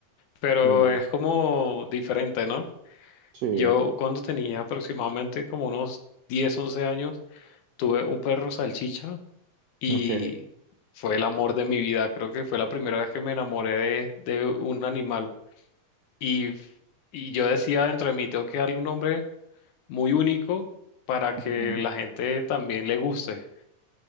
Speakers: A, on the left (about 70°); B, on the right (about 80°).
A: Pero
B: Sí,
A: es como diferente, ¿no?
B: sí,
A: Yo cuando tenía aproximadamente como unos 10, 11 años, tuve un perro salchicha y
B: ok.
A: fue el amor de mi vida. Creo que fue la primera vez que me enamoré de, de un animal. Y, y yo decía dentro de mí, tengo que darle un nombre muy único para que
B: ujú,
A: la gente también le guste.